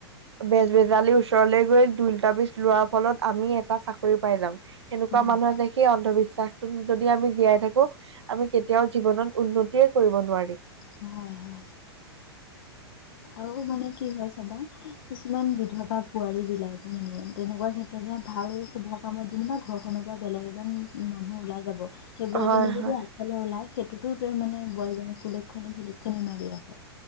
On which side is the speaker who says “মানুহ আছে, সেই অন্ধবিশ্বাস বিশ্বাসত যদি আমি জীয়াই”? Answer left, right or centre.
Right